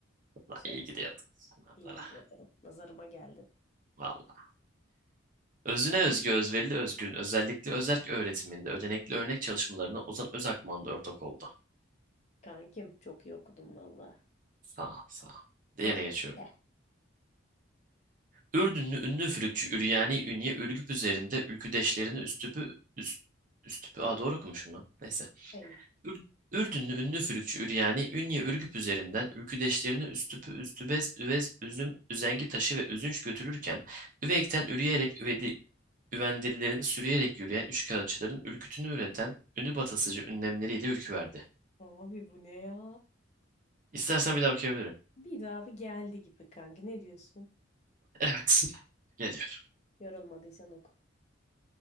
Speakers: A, on the right; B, on the left.
A: lan
B: Tüh,
A: iyi gidiyorduk. Nazara.
B: iyi gidiyordun. Nazarıma geldin.
A: Vallahi. Özüne özgü özverili özgürün özellikle özerk öğretiminde ödenekli örnek çalışmalarına Ozan Özakman'da ortak oldu.
B: Kankim çok iyi okudum valla.
A: Sağ ol, sağ ol. Diğerine
B: Devam.
A: geçiyorum.
B: Heh.
A: Ürdünlü ünlü üfürükçü Üryani Ünye Ürgüp üzerinde ülküdeşlerini üstüpü üst, üstüpü. Aa doğru okumuşum lan. Neyse.
B: Ayıp.
A: Ür- Ürdünlü ünlü fülükçü Üryani, Ünye Ürgüp üzerinden ülküdeşlerini Üstüpü, Üstübez, Üvez, Üzüm, Üzengi taşı ve Üzünç götürürken, Üveyk'ten üreyerek üvedi, üvendirilerini sürüyerek yürüyen üçkağıtçıların ürkütünü üreten ünlü batasıcı ünlemleriyle ürküverdi.
B: Abi bu ne ya?
A: İstersen bir daha okuyabilirim.
B: Bir daha bir geldi gibi kanki. Ne diyorsun?
A: Evet. Geliyor.
B: Yorulmadıysan oku.